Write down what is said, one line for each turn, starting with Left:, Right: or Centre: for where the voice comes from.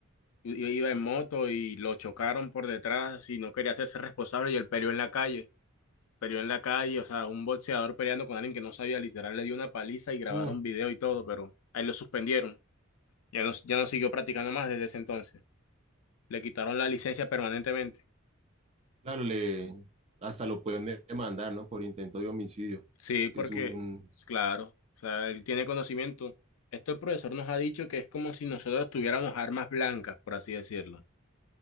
Left: i- iba en moto y lo chocaron por detrás y no quería hacerse responsable y él peleó en la calle. Peleó en la calle, o sea, un boxeador peleando con alguien que no sabía, literal, le dio una paliza y grabaron
Right: Mm,
Left: video y todo, pero ahí lo suspendieron. Ya no, ya no siguió practicando más desde ese entonces. Le quitaron la licencia permanentemente.
Right: Claro, le, hasta lo pueden de- demandar, ¿no? Por intento de homicidio,
Left: Sí, porque,
Right: que es un,
Left: pues, claro, o sea, él tiene conocimiento. Esto el profesor nos ha dicho que es como si nosotros tuviéramos armas blancas, por así decirlo.